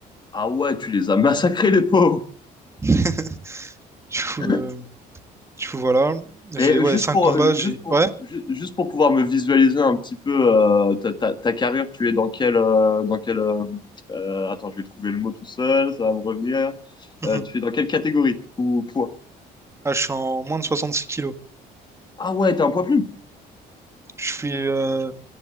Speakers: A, on the left (about 25°); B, on the right (about 15°).
A: Ah ouais, tu les as massacrés, les pauvres!
B: <laughs> Du coup,
A: <laughs>
B: euh, du coup voilà. J'ai
A: Et
B: ouais,
A: juste
B: 5
A: pour,
B: combats, j'ai.
A: juste pour,
B: Ouais.
A: ju- juste pour pouvoir me visualiser un petit peu euh, ta, ta, ta carrière, tu es dans quel, euh, dans quel euh, euh, attends, je vais trouver le mot tout seul, ça va me revenir.
B: <laughs>
A: Euh, tu es dans quelle catégorie ou poids?
B: Ah, je suis en moins de 66 kilos.
A: Ah ouais, t'es un poids plume
B: Je suis euh,